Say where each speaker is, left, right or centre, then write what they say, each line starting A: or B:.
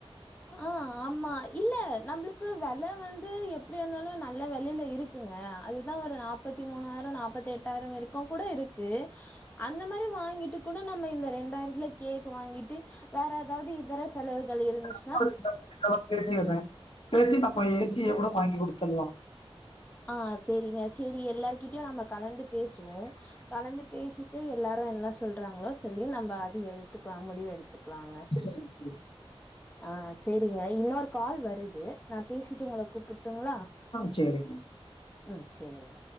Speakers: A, on the left (about 15°); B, on the left (about 60°).
A: ஆஹ் ஆமா இல்லே நம்மளுக்கு க்கு விலை வந்து எப்படி இருந்தாலும் நல்ல விலையில் இருக்குங்க அது தான் ஒரு நாற்பத்தி மூணாயிரம் நாற்பத்தி எட்டாயிரம் வரைக்கும் கூட இருக்கு அந்த மாதிரி வாங்கிட்டு கூட நம்ம இந்த ரெண்டாயிரத்துல கேக் வாங்கிட்டு வேற ஏதாவது இதர செலவுகள் இருந்துச்
B: <unintelligible> இதக்கூட வாங்கி கொடுத்தடலாம்
A: ஆஹ் சரிங்க சரி எல்லாருகிட்டேயும் நம்ம கலந்து பேசுவோம் கலந்து பேசிட்டு எல்லாரும் என்ன சொல்றாங்களோ சொல்லி நம்ம அது எடுத்துக்கலாம் முடிவு எடுத்து கத்துக்கலாங்க
B: சரிங்க.
A: ஆஹ் சரிங்க இன்னொரு கால் வருது நான் பேசிட்டு உங்க கூப்பிட்டுங்களா
B: ஆஹ் சரிங்க
A: உம் சேரிங்க